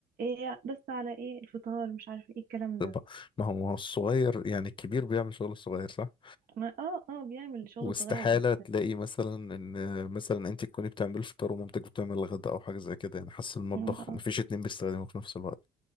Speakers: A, on the right; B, on the left.
A: ايه بس على ايه الفطار مش عارف ايه الكلام
B: طب
A: ده
B: ما هو ما هو الصغير يعني الكبير بيعمل شغل الصغير صح
A: ما اه اه بيعمل شغل
B: واستحالة
A: صغير بس
B: تلاقي مثلا ان مثلا انت تكوني بتعملي الفطار ومامتك بتعمل الغداء او حاجة زي كده يعني حاسس المطبخ
A: م- آه
B: مفيش اتنين بيستخدموا في نفس الوقت